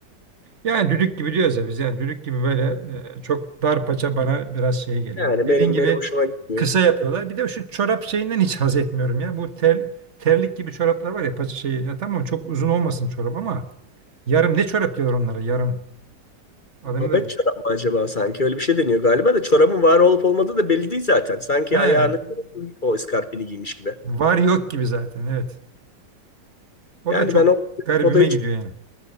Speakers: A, on the right; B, on the left.
A: Yani düdük gibi diyoruz ya biz yani düdük gibi böyle
B: Evet.
A: e, çok dar paça bana biraz şey geliyor.
B: Yani
A: Dediğin
B: benim
A: gibi
B: benim hoşuma gitmiyor.
A: kısa yapıyorlar. Bir de şu çorap şeyinden hiç haz etmiyorum ya. Bu ter, terlik gibi çoraplar var ya paça şeyi. Ya tamam çok uzun olmasın çorap ama yarım ne çorap diyorlar onlara yarım. Adını
B: Babet
A: da bilmiyorum.
B: çorap mı acaba sanki? Öyle bir şey deniyor galiba da çorabın var olup olmadığı da belli değil zaten. Sanki
A: He,
B: ayağını o iskarpini giymiş gibi.
A: var yok gibi zaten evet. O
B: Yani
A: da çok
B: ben o
A: garibime
B: odayı
A: gidiyor yani.